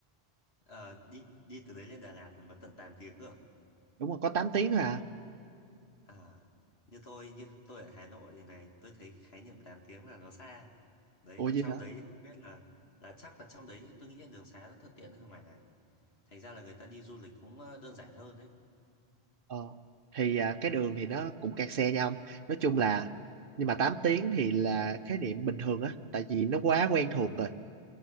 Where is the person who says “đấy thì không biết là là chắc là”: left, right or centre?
Left